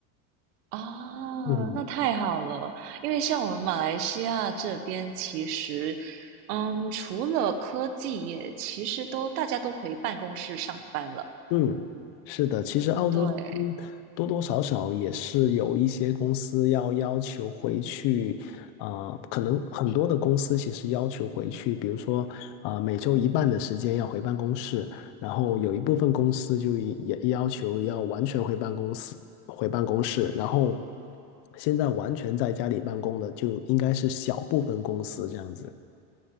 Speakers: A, on the right; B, on the left.
A: 哦，
B: 嗯，
A: 那太好了。因为像我们马来西亚这边，其实，嗯，除了科技业，其实都大家都回办公室上班了。
B: 嗯，是的，其实澳洲这边
A: 对，
B: 多多少少也是有一些公司要要求回去，啊、可能很多的公司其实要求回去，比如说啊、每周一半的时间要回办公室，然后有一部分公司就也也要求要完全回办公室，回办公室，然后现在完全在家里办公的就应该是小部分公司这样子。